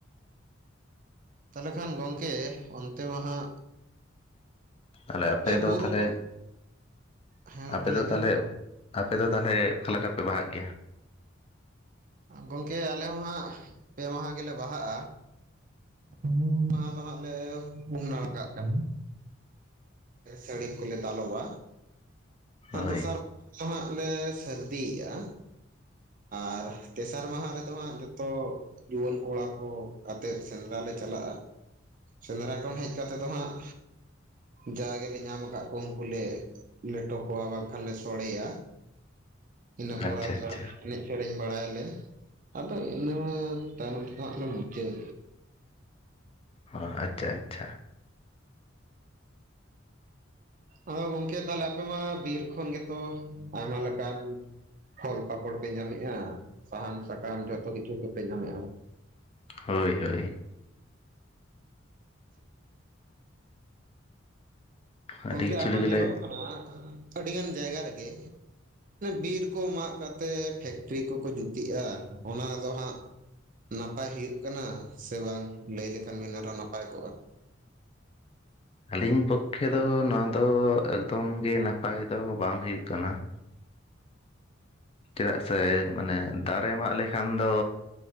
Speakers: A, on the right (about 45°); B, on the left (about 30°).
A: ᱛᱟᱞᱮ ᱠᱷᱟᱱ ᱜᱚᱝᱠᱮ ᱚᱱᱛᱮ ᱢᱟᱦᱟᱜ
B: ᱟᱞᱮ ᱟᱯᱮ ᱫᱚ
A: ᱵᱩᱨᱩ
B: ᱛᱟᱞᱦᱮ
A: ᱠᱚ ᱦᱮᱸ ᱜᱚᱝᱠᱮ
B: ᱟᱯᱮ
A: ᱞᱟᱹᱭ
B: ᱫᱚ
A: ᱵᱤᱱ
B: ᱛᱟᱞᱦᱮ ᱟᱯᱮ ᱫᱟᱜ ᱛᱟᱞᱦᱮ ᱚᱠᱟᱞᱮᱠᱟ ᱯᱮ ᱵᱟᱦᱟᱜ ᱜᱮᱭᱟ?
A: ᱜᱚᱝᱠᱮ ᱟᱞᱮ ᱦᱚᱸ ᱦᱟᱸᱜ ᱯᱮ ᱢᱟᱦᱟ ᱜᱮᱞᱮ ᱵᱟᱦᱟᱜ-ᱟ ᱾ ᱩᱢᱩ ᱢᱟᱦᱟᱸ ᱫᱚ ᱦᱟᱜ ᱞᱮ ᱩᱢ ᱱᱟᱲᱠᱟᱜ ᱠᱟᱱᱟ ᱥᱟᱹᱲᱤᱢ ᱠᱚᱞᱮ ᱫᱟᱞᱚᱵᱟ
B: ᱦᱳᱭ
A: ᱫᱚᱥᱟᱨ ᱫᱚᱦᱟᱜ ᱞᱮ ᱥᱟᱹᱨᱫᱤᱭᱮᱜ-ᱟ ᱟᱨ ᱛᱮᱥᱟᱨ ᱢᱟᱦᱟ ᱨᱮᱫᱚ ᱦᱟᱸᱜ ᱡᱚᱛᱚ ᱡᱩᱣᱟᱹᱱ ᱠᱚᱲᱟ ᱠᱚ ᱟᱛᱮᱫ ᱥᱮᱸᱫᱽᱨᱟ ᱞᱮ ᱪᱟᱞᱟᱜ-ᱟ ᱾ ᱥᱮᱸᱫᱽᱨᱟ ᱠᱷᱚᱱ ᱦᱮᱡ ᱠᱟᱛᱮ ᱫᱚ ᱦᱟᱸᱜ ᱡᱟ ᱜᱮᱞᱮ ᱧᱟᱢ ᱠᱟᱜ ᱠᱚ ᱩᱱᱠᱩ ᱞᱮ ᱞᱮᱴᱚ ᱠᱚᱣᱟ ᱵᱟᱝᱠᱷᱟᱱ ᱞᱮ ᱥᱚᱲᱮᱭᱟ ᱤᱱᱟᱹ ᱯᱚᱨ
B: ᱟᱪᱪᱷᱟ
A: ᱟᱛᱨᱟ
B: ᱟᱪᱪᱷᱟ
A: ᱮᱱᱮᱡ ᱥᱮᱨᱮᱧ ᱵᱟᱲᱟᱭᱟᱞᱮ ᱟᱫᱚ ᱤᱱᱟᱹ ᱛᱟᱭᱱᱚᱢ ᱛᱮᱫᱚ ᱦᱟᱸᱜ ᱞᱮ ᱢᱩᱪᱟᱹᱫ
B: ᱚ ᱟᱪᱪᱷᱟ ᱟᱪᱪᱷᱟ
A: ᱟᱫᱚ ᱜᱚᱝᱠᱮ ᱛᱟᱦᱞᱮ ᱟᱯᱮ ᱢᱟ ᱵᱤᱨ ᱠᱷᱚᱱ ᱜᱮᱛᱚ ᱟᱭᱢᱟ ᱞᱮᱠᱟᱱ ᱯᱷᱚᱞ ᱯᱟᱠᱚᱲ ᱯᱮ ᱧᱟᱢᱮᱜ-ᱟ ᱥᱟᱦᱟᱱ ᱥᱟᱠᱟᱢ ᱡᱚᱛᱚ ᱠᱤᱪᱷᱩ ᱜᱮᱯᱮ ᱧᱟᱢᱮᱜ-ᱟ
B: ᱦᱳᱭ ᱦᱳᱭ
A: ᱜᱚᱝᱠᱮ
B: ᱟᱹᱰᱤ ᱠᱤᱪᱷᱩ
A: ᱟᱨᱦᱚᱸ
B: ᱜᱮᱞᱮ
A: ᱧᱮᱞᱚᱜᱚᱜ ᱠᱟᱱᱟ ᱟᱹᱰᱤ ᱜᱟᱱ ᱡᱟᱭᱜᱟ ᱨᱮᱜᱮ ᱵᱤᱨ ᱠᱚ ᱢᱟᱜ ᱠᱟᱛᱮ ᱯᱷᱮᱠᱴᱨᱤ ᱠᱚᱠᱚ ᱡᱩᱛᱮᱜ-ᱟ ᱚᱱᱟ ᱫᱚ ᱦᱟᱸᱜ ᱱᱟᱯᱟᱭ ᱦᱩᱭᱩᱜ ᱠᱟᱱᱟ ᱥᱮ ᱵᱟᱝ ᱞᱟᱹᱭ ᱞᱮᱠᱷᱟᱱ ᱜᱮ ᱟᱨᱦᱚ ᱱᱟᱯᱟᱭ ᱠᱚᱜ-ᱟ?
B: ᱟᱹᱞᱤᱧ ᱯᱚᱠᱠᱷᱮ ᱫᱚ ᱱᱚᱣᱟ ᱫᱚ ᱮᱠᱫᱚᱢ ᱜᱮ ᱱᱟᱯᱟᱭ ᱫᱚ ᱵᱟᱝ ᱦᱩᱭᱩᱜ ᱠᱟᱱᱟ ᱾ ᱪᱮᱫᱟᱜ ᱥᱮ ᱢᱟᱱᱮ ᱫᱟᱨᱮ ᱢᱟᱜ ᱞᱮᱠᱷᱟᱱ ᱫᱚ